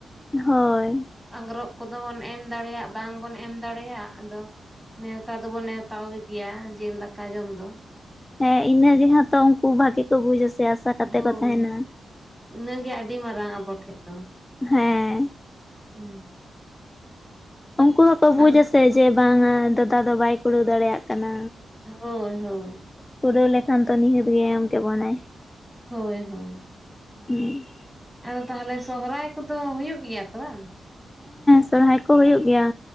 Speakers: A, on the left (about 15°); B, in the centre.
A: ᱦᱳᱭ᱾
B: ᱟᱝᱜᱽᱨᱚᱜ ᱠᱚᱫᱚ ᱵᱚᱱ ᱮᱢ ᱫᱟᱲᱮᱭᱟᱜ ᱵᱟᱝᱵᱚᱱ ᱮᱢ ᱫᱟᱲᱮᱭᱟᱜ ᱟᱫᱚ ᱱᱮᱣᱛᱟ ᱫᱚᱵᱚᱱ ᱱᱮᱣᱛᱟ ᱠᱚ ᱜᱮᱭᱟ ᱡᱮᱞ ᱫᱟᱠᱟ ᱡᱚᱢ ᱫᱚ᱾
A: ᱦᱮᱸ ᱤᱱᱟᱹ ᱨᱮᱦᱚᱸ ᱛᱚ ᱩᱝᱠᱩ ᱵᱷᱟᱜᱮ ᱠᱚ ᱵᱩᱡᱟ ᱥᱮ ᱟᱥᱟ ᱠᱟᱛᱮ
B: ᱦᱳᱭ
A: ᱠᱚ ᱛᱟᱦᱮᱱ-ᱟ᱾
B: ᱤᱱᱟᱹᱜᱮ ᱟᱹᱰᱤ ᱢᱟᱨᱟᱝ ᱟᱵᱚ ᱴᱷᱮᱡ ᱫᱚ᱾
A: ᱦᱮᱸ᱾
B: ᱦᱩᱸ᱾
A: ᱩᱝᱠᱩ ᱫᱚᱠᱚ ᱵᱩᱡᱟ
B: ᱟᱨ
A: ᱥᱮ ᱡᱮ ᱵᱟᱝᱟ ᱫᱟᱫᱟ ᱫᱚ ᱵᱟᱭ ᱠᱩᱲᱟᱹᱣ ᱫᱟᱲᱮᱭᱟᱜ ᱠᱟᱱᱟ᱾
B: ᱦᱳᱭ ᱦᱳᱭ᱾
A: ᱠᱩᱨᱟᱹᱣ ᱞᱮᱠᱷᱟᱱ ᱛᱚ ᱱᱤᱦᱟᱹᱛ ᱜᱮᱭ ᱮᱢ ᱠᱮᱵᱟᱱᱟᱭ᱾
B: ᱦᱳᱭ ᱦᱳᱭ᱾
A: ᱦᱩᱸ᱾
B: ᱟᱫᱚ ᱛᱟᱦᱟᱞᱮ ᱥᱚᱦᱚᱨᱟᱭ ᱠᱚᱫᱚ ᱦᱳᱭᱳ ᱜᱮᱭᱟ ᱛᱚ ᱵᱟᱝ?
A: ᱥᱚᱦᱨᱟᱭ ᱠᱚ ᱦᱳᱭᱳ ᱜᱮᱭᱟ,